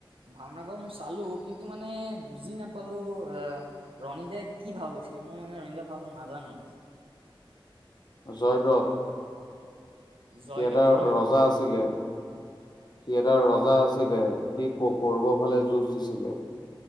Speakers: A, on the right; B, on the left.
A: ভাওঁনা বাৰ মই চালো কিন্তু মানে বুজি নাপালো অঁ ৰণীদাই কি ভাওঁ লৈছিলে? এতি মই মানে ৰইন্দিয়া ভাওঁটো নাজানো।
B: জয়দ্ৰত।
A: জয়দছ
B: সি এটা
A: ন
B: ৰজা আছিলে সি এটা ৰজা
A: অ
B: আছিলে। স কৰিব ফালে যুঁজ দিছিলে।